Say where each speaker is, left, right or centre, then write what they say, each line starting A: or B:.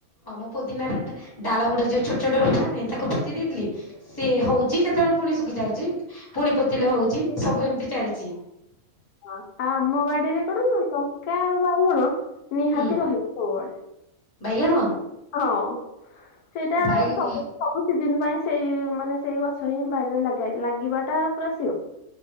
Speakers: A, on the left; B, on the left.
A: ହଁ ମୁଁ ପୋଦନା ଡା ଡା ଡାଳ ଗୁଡ଼ା ଯୋଉ ଛୋଟ ଛୋଟ <unintelligible> ତାକୁ ପୋତି ଦେଇଥିଲି। ସିଏ ହଉଛି କେତେବେଳେ ପୁଣି ଶୁଖି ଯାଉଛି ପୁଣି ପୋତିଲେ ହୋଉଚି ସବୁ ଏମିତି ଚାଲିଚି।
B: ଆ ଆମ ବାଡ଼ିରେ କଣ ଲଙ୍କା ଆଉ ବାଇଗଣ ନିହାତି
A: ହୁଁ
B: ରହିବ ସବୁବେଳେ।
A: ବାଇଗଣ
B: ହଁ ସେଇଟାଆଉ
A: ବାଇଗଣ
B: ସବୁ ସବୁ ସିଜିନ ପାଇଁ ସେଇ ମାନେ ସେଇ ଗଛ ହିଁ ବାରିରେ ଲାଗିବା ଟା ପୁରା ସିଓର।